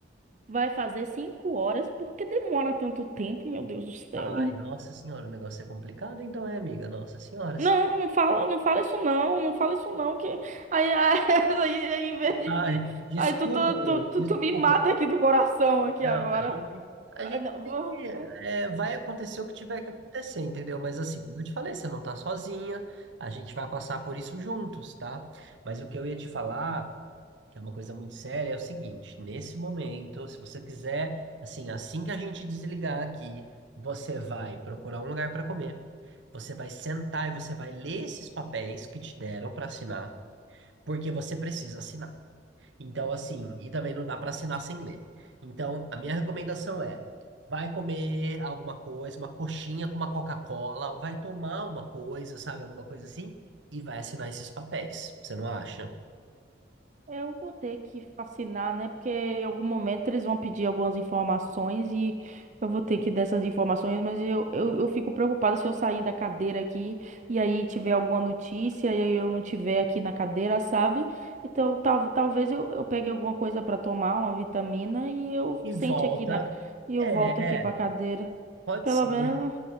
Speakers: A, on the right; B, on the right.
A: vai fazer cinco horas. Por que demora tanto tempo, meu Deus do céu?
B: Ai, nossa senhora, o negócio é complicado, então é, amiga. Nossa senhora.
A: Não, não fala, não fala isso não, não fala isso não, que aí, aí, <laughs> aí aí em vez de,
B: Ai,
A: de-
B: desculpa,
A: aí tu, tu,
B: ô,
A: tu, tu,
B: desculpa.
A: tu me mata aqui do coração aqui
B: Não,
A: agora.
B: a gente, a
A: Ah,
B: gente
A: Não, vou-
B: É, vai acontecer o que tiver que acontecer, entendeu? Mas assim, como eu te falei, você não tá sozinha, a gente vai passar por isso juntos, tá? Mas o que eu ia te falar, que é uma coisa muito séria, é o seguinte: nesse momento, se você quiser, assim, assim que a gente desligar aqui, você vai procurar um lugar para comer, você vai sentar e você vai ler esses papéis que te deram para assinar, porque você precisa assinar. Então, assim, e também não dá para assinar sem ler. Então, a minha recomendação é: vai comer alguma coisa, uma coxinha com uma Coca-Cola, vai tomar uma coisa, sabe, alguma coisa assim, e vai assinar esses papéis. Você não acha?
A: eu vou ter que fascinar, né? Porque em algum momento eles vão pedir algumas informações e eu vou ter que dar essas informações, mas eu, eu, eu fico preocupada se eu sair da cadeira aqui e aí tiver alguma notícia e eu não tiver aqui na cadeira, sabe? Então tal, talvez eu, eu pegue alguma coisa para tomar, uma vitamina, e eu
B: E
A: sente
B: volta.
A: aqui na, e eu
B: É,
A: volto aqui para
B: é,
A: cadeira.
B: pode
A: Pelo
B: ser.
A: menos.